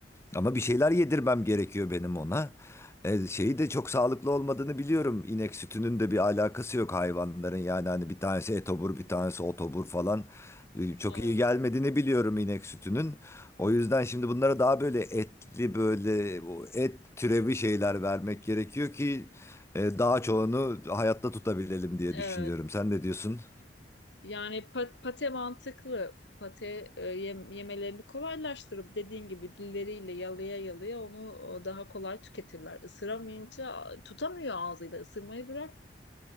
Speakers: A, on the left (about 15°); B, on the left (about 85°).
A: Ama bir şeyler yedirmem gerekiyor benim ona. E, şeyi de çok sağlıklı olmadığını biliyorum. İnek sütünün de bir alakası yok hayvanların. Yani hani bir tanesi etobur, bir tanesi otobur falan. E, çok
B: evet.
A: iyi gelmediğini biliyorum inek sütünün. O yüzden şimdi bunlara daha böyle etli böyle o et türevi şeyler vermek gerekiyor ki e, daha çoğunu hayatta tutabilelim
B: Hı.
A: diye
B: Evet.
A: düşünüyorum. Sen ne diyorsun?
B: Yani pa- pate mantıklı. Pate e, yem- yemelerini kolaylaştırıp dediğin gibi dilleriyle yalaya yalaya onu e, daha kolay tüketirler. Isıramayınca a, tutamıyor ağzıyla ısırmayı bırak.